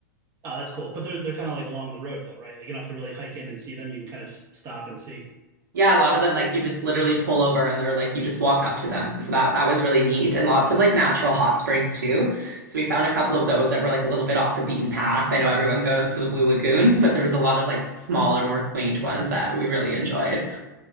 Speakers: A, on the right (about 35°); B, on the right (about 70°).
A: Oh, that's cool. But they're they're kind of like along the road though, right? Like you don't have to really hike in and see them. You can kind of just stop and see.
B: Yeah, a lot of them like you just literally pull over and they're like you just walk up to them. So that that was really neat. And lots of like natural hot springs too. So we found a couple of those that were like a little bit off the beaten path. I know everyone goes to the Blue Lagoon, but there was a lot of like smaller, more quaint ones that we really enjoyed.